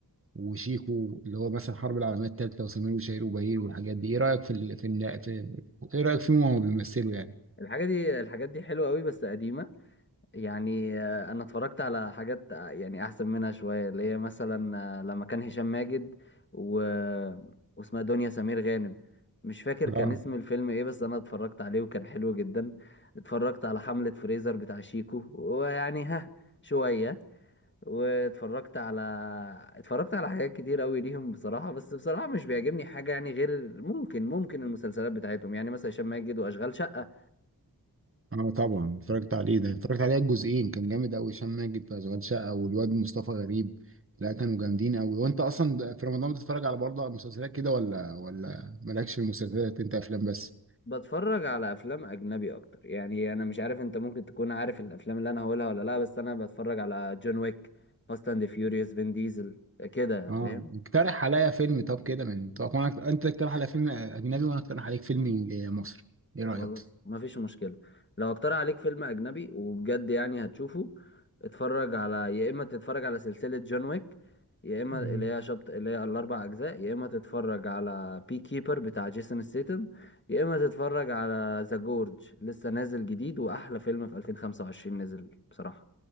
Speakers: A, on the right; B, on the left.
A: وشيكو اللي هو مثلا الحرب العالميه الثالثه وسمير وشهير وبهير والحاجات دي ايه رايك في ال... في, الن- في ايه رايك فيهم وهما بيمثلوا يعني
B: <laughs> الحاجة دي الحاجات دي حلوة قوي بس قديمة يعني آه، انا اتفرجت على حاجات آه، يعني احسن منها شويه اللي هي مثلا آه، لما كان هشام ماجد و... واسمها دنيا سمير غانم مش فاكر
A: اه
B: كان اسم الفيلم ايه بس انا اتفرجت عليه وكان حلو جدا اتفرجت على حملة فريزر بتاع شيكو ويعني ها شويه واتفرجت على اتفرجت على حاجات كتير قوي ليهم بصراحه بس بصراحه مش بيعجبني حاجه يعني غير ممكن ممكن المسلسلات بتاعتهم يعني مثلا هشام ماجد واشغال شقه
A: اه طبعا اتفرجت عليه ده اتفرجت عليها الجزئين كان جامد قوي هشام ماجد في اشغال شقه والواد مصطفى غريب لا كانوا جامدين قوي وانت اصلا في رمضان بتتفرج على برضه مسلسلات كده ولا ولا مالكش في المسلسلات انت افلام بس
B: بتفرج على افلام اجنبي اكتر يعني انا مش عارف انت ممكن تكون عارف الافلام اللي انا هقولها ولا لا بس انا بتفرج على جون ويك فاست اند فيوريوس فين ديزل كده
A: اه
B: فاهم
A: اقترح عليا فيلم طب كده من طب وانا انت تقترح على فيلم اجنبي وانا اقترح عليك فيلم آه، مصري ايه
B: خلاص
A: رايك
B: مفيش مشكله لو اقترح عليك فيلم اجنبي وبجد يعني هتشوفه اتفرج على يا اما تتفرج على سلسله جون ويك يا اما
A: مم.
B: اللي هي شبط اللي هي الاربع اجزاء يا اما تتفرج على بي كيبر بتاع جيسون ستيتم يا اما تتفرج على ذا جورج لسه نازل جديد واحلى فيلم في 2025 نزل بصراحه